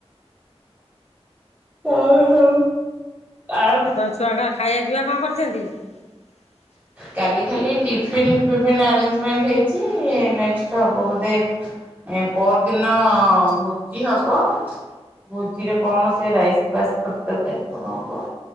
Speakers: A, on the right; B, on the left.
A: ହଉ ହଉ।
B: ଆଉ ତମ ଛୁଆକା ଖାଇବା ପିଇବା କଣ କରିଛନ୍ତି? ହ
A: କାଲି ଖାଲି ଟିଫିନ୍ ଫିପିନ ଆରେଞ୍ଜମେଣ୍ଟ ହେଇଛି ନେକ୍ସଟ୍ ହବ ବୋଧେ ଏ ପର ଦିନ ଭୋଜି ହବ। ଭୋଜିରେ କଣ ସେ ରାଇସ ପାସ୍ ଖ ତରକାରୀ କଣ ହବ?